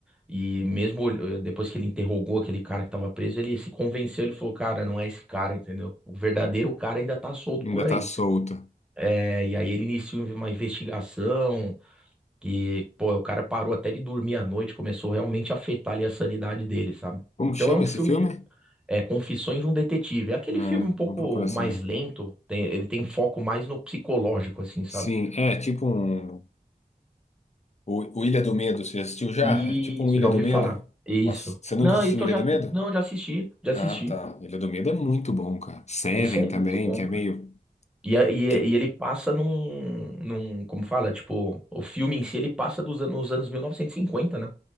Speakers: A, in the centre; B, on the left.
A: E mesmo olh- eh, depois que ele interrogou aquele cara que tava preso, ele se convenceu, ele falou, cara, não é esse cara, entendeu? O verdadeiro cara ainda tá solto
B: Ainda
A: por aí.
B: tá solta.
A: É, e aí ele iniciou uma investigação que, pô, o cara parou até de dormir à noite, começou realmente a afetar ali a sanidade dele, sabe?
B: Como
A: Então
B: que chama
A: é um
B: esse
A: filme,
B: filme?
A: é Confissões de um Detetive. É aquele
B: Ah,
A: filme um pouco
B: vou procurar
A: mais
B: saber.
A: lento, tem- ele tem foco mais no psicológico, assim, sabe?
B: Sim, é tipo um. O, o Ilha do Medo, você já assistiu já?
A: Isso,
B: É tipo um Ilha
A: já ouvi
B: do Medo?
A: falar. Isso.
B: Nossa, você nunca
A: Não,
B: assistiu
A: isso
B: Ilha
A: eu já,
B: do
A: assi-
B: Medo?
A: não, já assisti, já assisti.
B: Ah, tá. Ilha do Medo é muito bom, cara. Seven
A: Esse aí é
B: também,
A: muito bom,
B: que é
A: cara.
B: meio.
A: E, a- e,
B: Que...
A: e ele passa num, num, como fala, tipo, o filme em si ele passa dos, an- nos anos 1950, né?